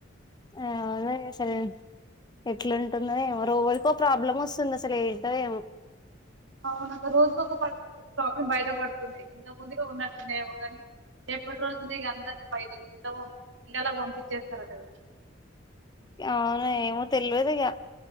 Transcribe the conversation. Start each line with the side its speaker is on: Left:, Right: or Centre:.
Left: ఆ అదేగా అసలు ఎట్లుంటుందో ఏమో రోజుకో ప్రాబ్లం వస్తుంది అసలు ఏంటో ఏమో.
Right: అవునక్క రోజుకొక పా ప్రాబ్లం బయటపడుతుం నాయి ఇంతకు ముందుగా ఉన్నా ఉన్నాయోమో కానీ రేపటి రోజునే ఇగ అందరినీ బయటికి ఇంట్లోకి ఇల్లలాకి పంపించేస్తారటగా.
Left: అవును ఏమో తెలవదుగా